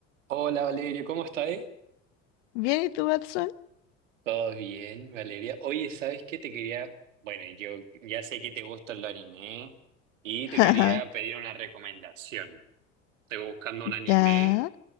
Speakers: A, on the right; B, on the left.
A: Hola Valeria, ¿cómo estás?
B: Bien, ¿y tú, Watson?
A: Todo bien, Valeria. Oye, ¿sabes qué te quería? Bueno, yo ya sé que te gusta el anime y te
B: <laughs>
A: quería pedir una recomendación. Estoy buscando un anime,
B: Ya.